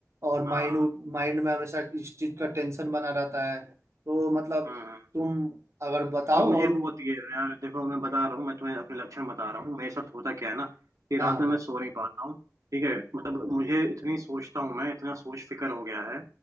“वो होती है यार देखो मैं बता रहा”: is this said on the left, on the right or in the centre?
Right